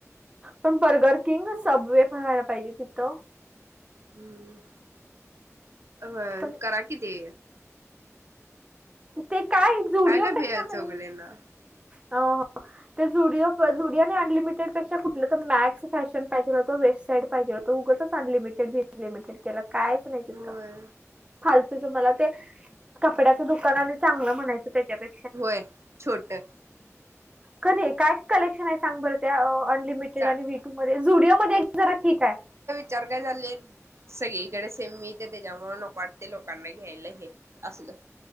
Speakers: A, on the right; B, on the right.
A: पण बर्गर किंग सबवे पहायला पाहिजे तिथं.
B: ह्म्म होय
A: पण
B: करा कि ते
A: ते काय. झुडिओ
B: काय काय
A: पेक्षा
B: वेळ आहे चौगुलेना
A: कणी अ हो ते जुडिओ जुडिओ अनलिमिटेड पेक्षा कुठलं तर मॅक्स. फॅशन पाहिेजेल होतं वेब साईड पाहिजे होतं उगचंच अनलिमिटेड बिनलिमिटेड केलं कायचं नाही तिथं
B: होय
A: फालतूच मला ते कपड्याचं दुकान आणि चांगलं म्हणायचं त्याच्यापे
B: होय छोट.
A: क नाही काय. कलेक्शन आहे सांग बरं त्या अनलिमिटेड
B: चांग
A: आणि वटू मध्ये झुरिया मध्ये एक जरा ठीक आहे.
B: चार काय झाले आहेत. सगळीकडे सेम मी ते त्याच्यामुळ नक वाटते लोकांना घ्यायला हे असलं.